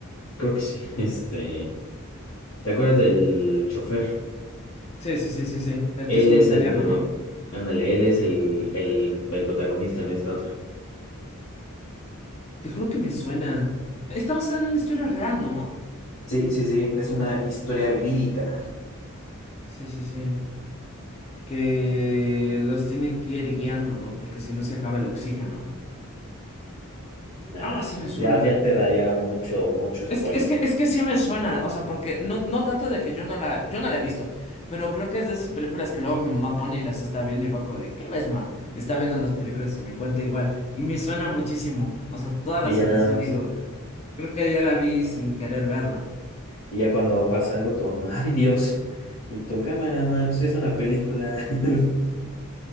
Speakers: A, on the left; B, on the left.
A: Creo que sí. <laughs> Este... ¿Te acuerdas del chofer?
B: Sí, sí, sí, sí, sí. El
A: Él
B: que es como
A: es
B: italiano,
A: el que...
B: ¿no?
A: Ándale, él es el, el, el protagonista en esta otra.
B: Te juro que me suena. Está basada en una historia real, ¿no?
A: Sí, sí, sí, es una historia verídica.
B: Sí, sí, sí. que los tienen que ir guiando, ¿no? Porque si no se acaba el oxígeno.
A: Nah,
B: Algo así
A: pues,
B: me suena.
A: ya, ya te daría mucho, mucho spoiler.
B: Es que, es que, es que sí me suena, o sea, porque no, no tanto de que yo no la, yo no la he visto, pero creo que es de esas películas que luego mi mamá pone y las está viendo y bajo de, ¿qué ves, ma? Y está viendo las películas y me cuenta igual. Y me suena muchísimo, o sea, toda la
A: Y
B: situación,
A: ya nada más.
B: digo, creo que ya la vi sin querer verla.
A: Y ya cuando pasa algo, tu mamá, <laughs> ay Dios. Y tu cámara, ma, pues es una película. <laughs>